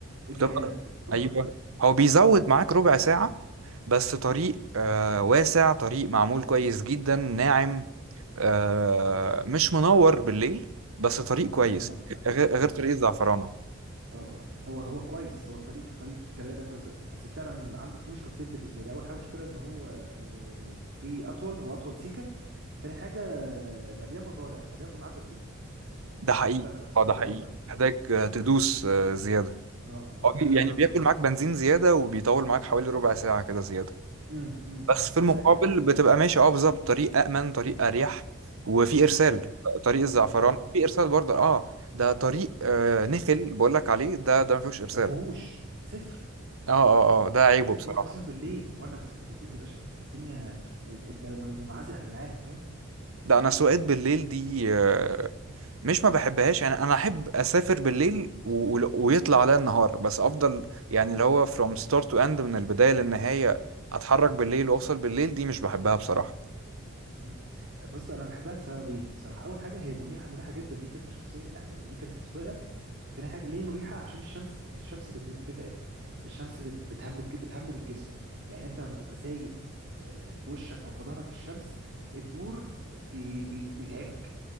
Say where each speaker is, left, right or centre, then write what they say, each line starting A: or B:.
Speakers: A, on the right; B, on the right.
A: الجلاله
B: بتفضل
A: تحفه
B: ايوه هو بيزود معاك ربع ساعة بس طريق آه واسع طريق معمول كويس جدا ناعم آه مش منور بالليل بس طريق كويس
A: مش منور لا
B: غير
A: اه
B: غير طريق الزعفرانة
A: اه اه هو هو كويس هو الطريق طريق جلاله كويس اه بس فعلا عنده في مشكلتين بالنسبه لي اول حاجه مشكله ان هو آه في اطول هو اطول سيكه تاني حاجه آه، مليان مطالع فبياكل معاك بنزين
B: ده
A: مش
B: حقيقي
A: عارف انت لاحظت
B: اه
A: الموضوع
B: ده حقيقي
A: ده ولا لا مم.
B: محتاج آه،
A: مم.
B: تدوس آه زيادة
A: اه اه
B: هو
A: فهياكل
B: بي- يعني
A: معاك
B: بياكل
A: بنزين
B: معاك بنزين زيادة وبيطول معاك حوالي ربع ساعة كده زيادة
A: مم. مم.
B: بس
A: مم.
B: في المقابل
A: بس اريح
B: بتبقى ماشي اه بالظبط طريق أأمن طريق أريح وفي إرسال
A: اريح
B: طريق الزعفران
A: مم. مم.
B: في إرسال برضه اه ده طريق آه نخل بقول لك عليه ده ده ما فيهوش إرسال
A: ما فيهوش صفر
B: اه اه اه آه، ده عيبه
A: سافر
B: بصراحة
A: وانا بسافر بالليل وانا بسافر بالليل يا باشا فانت الدنيا انت منعزل عن العالم فاهم
B: ده أنا سواقات بالليل دي آه مش ما بحبهاش يعني أنا أحب أسافر بالليل و... و- ويطلع عليا النهار بس أفضل يعني اللي هو from start to end من البداية للنهاية أتحرك بالليل وأوصل بالليل دي مش بحبها بصراحة
A: مم. بص انا بحبها لسببين بصراحه اول حاجه هي مريحه مريحه جدا ليك انت شخصيا يعني ليك انت كسواقه تاني حاجة ليه مريحة عشان الشمس الشمس بت- بتتعب الشمس بت- بتهمد ج- بتهمد الجسم يعني انت لما تبقى سايق آه، في وشك او في ظهرك الشمس النور بي بي بيتعبك